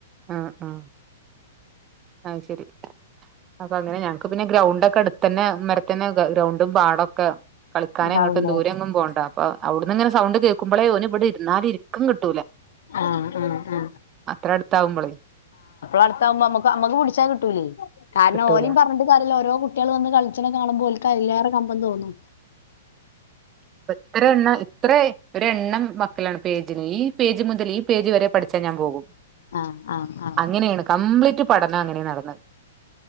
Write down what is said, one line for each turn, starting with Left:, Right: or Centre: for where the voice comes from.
Right: ആ ആ ആശരി അപ്പൊ അങ്ങനെ ഞങ്ങക്ക് പിന്നെ ഗ്രൗണ്ട് ക്കെ അടുത്ത് തന്നെ മരതിനെ ഗ്രൗണ്ടും പാടൊക്കെ കളിക്കാനുംങ്ങട്ടും
Left: ഉണ്ടാവൂലേ
Right: ദൂരെ എങ്ങുപോകണ്ട അപ്പ അവിടന്ന് ഇങ്ങനെ സൗണ്ട് കേ കുമ്മളയോനു ഇവിടെ ഇരുന്നാല ഇരിക്കും കിട്ടൂല.
Left: ആഹ് ആഹ് ആഹ്
Right: അത്ര അടുത്താവുമ്പോളെ
Left: അടുത്താവുമ്പംനമ്മ നമ്മുക്ക് പിടിച്ചാൽ കിട്ടൂലേ? കാരണംഓലും
Right: കിട്ടൂല
Left: പറഞ്ഞിട്ട് കാര്യമില്ല ഓരോ കുട്ടികൾ വന്ന് കളിച്ചണെ കാണുമ്പോ <unintelligible> കമ്പം തോന്നു
Right: ഇപ്പ ഇത്ര എണ്ണം ഇത്ര ഒ എണ്ണം മക്കളാണ് പേജിന് ഈ പേജ് മുതൽ ഈ പേജ് വരെ പഠിച്ചാൽ ഞാൻ പോകും.
Left: ആ ആ ആ ആ
Right: അങ്ങനെയാണ് കംപ്ലീറ്റ് പഠനം അങ്ങനെ നടന്നത്